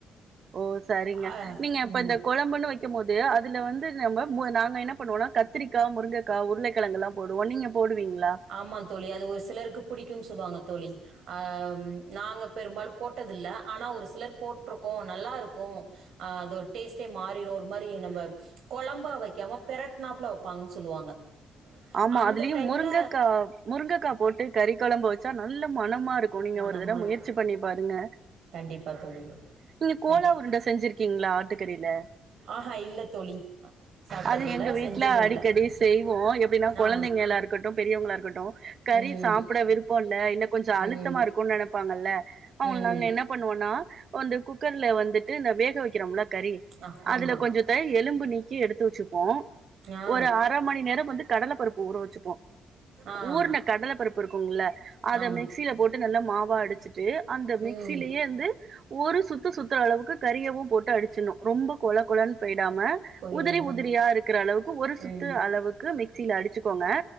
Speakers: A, on the right; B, on the right.
A: ஓ சரிங்க
B: ஆ
A: நீங்க இப்ப
B: ம்.
A: இந்த கொழம்புன்னு வெ க்கு போது அதுல வந்து நம்ம நாங்க என்ன பண்ணுவோனா கத்திரிக்கா முருங்கக்கா உருளக்கெழங்கல்லா போடுவோ நீங்க போடுவீங்ளா
B: ஆமா தோழி அது ஒரு சிலருக்கு புடிக்குன் சொல்லுவாங்க தோழி அ நாங்க பெரும்பாலு போட்டதில்ல ஆனா ஒரு சிலர் போட்ருக்கோ நல்லா இருக்கு ஆ அதோரு டேஸ்ட்டே மாறிறு ஒரு மாரி நம்ம கொழம்பா வெய்க்காம பெரட்னாப்ல வெப்பாங்கன் சொல்லுவாங்க
A: ஆமா
B: அந்த
A: அதுலயு
B: டைம்ல
A: முருங்கக்கா முருங்கக்கா போட்டு கறி கொழம்பு வெச்சா நல்ல மனமா இருக் கு நீங்க
B: மணமா
A: ஒரு தடவ முயற்சி
B: இருக்கும்.
A: பண்ணி பாருங்க
B: கண்டிப்பா தோழி.
A: நீங்க கோலா
B: கண்டிப்பா.
A: உருண்ட செஞ்சிருக்கீங்ளா ஆட்டுக்கறியில
B: ஆஹா இல்ல தோழி. சாப்பிட்டதில்ல,
A: அது எங்க வீட்ல
B: செஞ்சதும்
A: அடிக்கடி
B: இல்ல.
A: செய்வோ எப்டி னா கொழந்தைங்ளா
B: ஆ.
A: இருக்கட்டு பெரியவங்ளா இருக்கட்டு கறி
B: ம்.
A: சாப்பிட விருப்போ இல்ல என்ன கொஞ்சோ அழுத்தமா
B: ம்.
A: இருக்குன் நெனைப்பாங்கல்ல அவுங்கல
B: ம்.
A: நாங்க என்ன பண்ணுவோன்னா வந்து குக்கர்ல வந்துட்டு இந்த வேக வெய்க்கிறோம்ல கறி
B: ஆ
A: அதுல
B: ஆமா.
A: கொஞ்சோ த்த எலும்பு நீக்கி எடுத்து வெச்சுப்போ
B: ஆ.
A: ஒரு அர மணி நேரோ வந்து கடல பருப்பு ஊற வெச்சுப்போ
B: ஆ.
A: ஊர்ன கடல பருப்பு இருக்குல்ல அத
B: ஆம்
A: மிக்சியில போட் டு நல்லா மாவா அடிச்சிட்டு அந்த மிக்சிலயே
B: ம்
A: வந்து ஒரு சுத்து சுத்தர அளவுக்கு கறியவு போட்டு அடிச்சணு ரொம்ப கொல கொழன்னு போயிடாம
B: போயிடாம
A: உதிரி உதிரியா இருக்கிற அளவுக்கு ஒரு சுத்து
B: ம்
A: அளவுக்கு மிக் சில அடிச்சுக்கோங்க